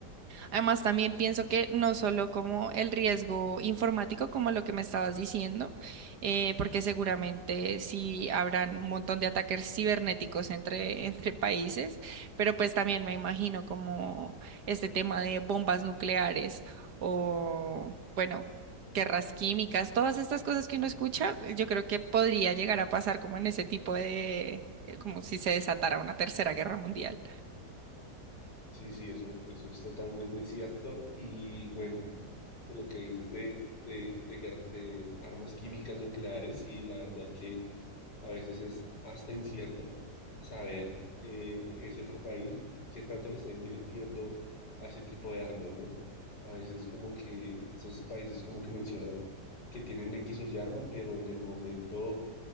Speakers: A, on the right (about 70°); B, on the left (about 80°).
A: Además, también pienso que no solo como el riesgo informático, como lo que me estabas diciendo, eh, porque seguramente sí habrán un montón de ataques cibernéticos entre, <laughs> entre países, pero pues también me imagino como este tema de bombas nucleares o, bueno, guerras químicas, todas estas cosas que uno escucha, yo creo que podría llegar a pasar como en ese tipo de, eh, como si se desatara una tercera guerra mundial.
B: Sí, sí, eso, eso es totalmente cierto. Y bueno. de lo que dices de, de, de, guer- de armas químicas nucleares, y la verdad que a veces es hasta incierto saber eh, ese otro país qué tanto le está invirtiendo a ese tipo de armas, ¿no? A veces como que esos países como que mencionan que tienen X o Y arma, pero en el momento